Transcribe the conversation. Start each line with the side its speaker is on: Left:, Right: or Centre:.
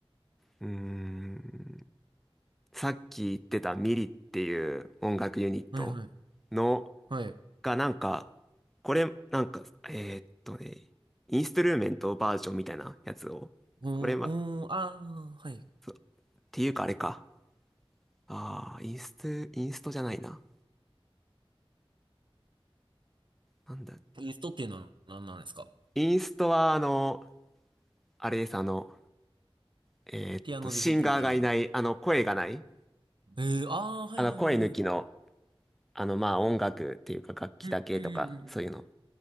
Centre: うーん、さっき言ってたミリっていう音楽ユニット
Right: はいはい。
Centre: の、
Right: はい。
Centre: がなんか、これ、なんか、えーっとね、インストゥルーメントバージョンみたいなやつを、
Right: おー、
Centre: これは、
Right: おー、ああ、はい。
Centre: そうっていうかあれか。ああ、インスト、インストじゃないな。なんだ。
Right: ユストっていうのは何なんですか
Centre: インストは、あの、あれです、あの、えーっと、
Right: ピアノで弾いてみたいな。
Centre: シンガーがいない、あの、声がない、
Right: ええー、ああ、はいはいはいはい。
Centre: あの、声抜きの、あの、まあ、音楽っていうか、楽器だけとか、
Right: うん、うん、うんうん。
Centre: そういうの